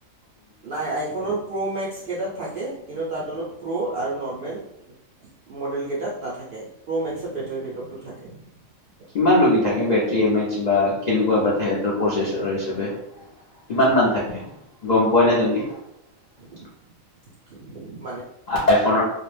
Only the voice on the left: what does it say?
কিমান লি থাকে বেটৰী এম এইচ বা কেনেকুৱা বােচ হিচাপে কিমান থাকে গম পোৱা নাই তুমি <unintelligible>
আইফন